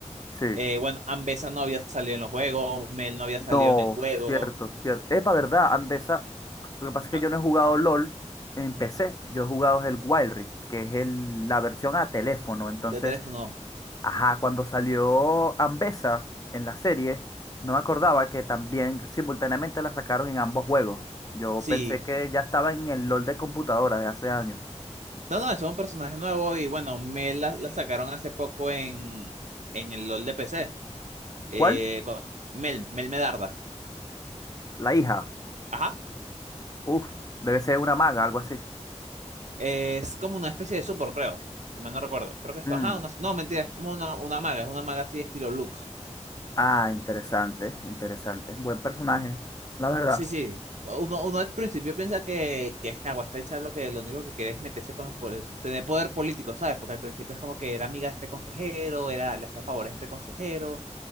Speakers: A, on the left; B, on the right.
A: Sí.
B: Eh, bueno, Ambesa no había salido en los juegos, Mel no había salido
A: No,
B: en el juego.
A: cierto, cierto. Epa, ¿verdad? Andesa Lo que pasa es que
B: Ah,
A: yo no he jugado LOL en PC, yo he jugado el Wild Rift, que es el- la versión a teléfono. Entonces,
B: De teléfono,
A: ajá, cuando salió Ambessa en la serie, no me acordaba que también simultáneamente la sacaron en ambos juegos. Yo
B: sí.
A: pensé que ya estaba en el LOL de computadora de hace años.
B: No, no, eso es un personaje nuevo y bueno, Mel la, la sacaron hace poco en, en el LOL de PC. Eh,
A: ¿Cuál?
B: cu- Mel, Mel Melarda.
A: La hija.
B: Ajá.
A: Uf, debe ser una maga, algo así.
B: Es como una especie de super, creo. Si mal no recuerdo. Creo que es.
A: Mm,
B: Ajá, una- no, mentira, es como una, una maga. Es una maga así estilo Lux.
A: Ah, interesante, interesante. Buen personaje, la verdad.
B: Sí, sí. Uno, uno al principio piensa que, que es Nagua, está hecha lo que lo único que quiere es meterse con los poderes, tener poder político, ¿sabes? Porque al principio es como que era amiga de este consejero, era, le hacía favores a este consejero.